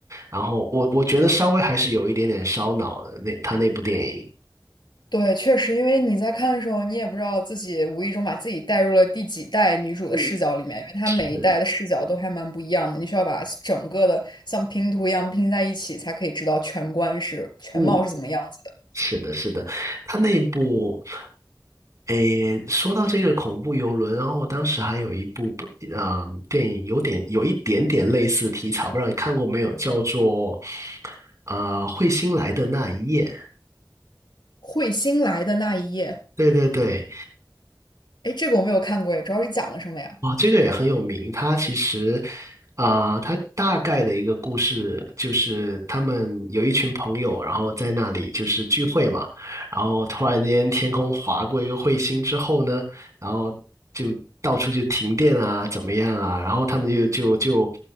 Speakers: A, on the right; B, on the left.
A: 然后我我觉得稍微还是有一点点烧脑的，那他那部电影。
B: 对，确实，因为你在看的时候，你也不知道自己无意中把自己带入了第几代女主的视角里面，
A: 嗯
B: 因为她每一代的视角都还蛮不一样的，
A: 是
B: 你需要把整个的像拼图一样拼在一起，才可以知道全观是全貌是怎么样子的。
A: 嗯，是的，是的，他那部，诶，说到这个恐怖游轮，然后我当时还有一部不，啊电影有点有一点点类似题材，不知道你看过没有，叫做，呃，彗星来的那一夜，
B: 彗星来的那一夜。
A: 对对对，
B: 哎，这个我没有看过，哎，主要是讲了什么呀？
A: 哦，这个也很有名。它其实，啊、它大概的一个故事就是他们有一群朋友，然后在那里就是聚会嘛，然后突然间天空划过一个彗星之后呢，然后就到处就停电啊，怎么样啊，然后他们就就就，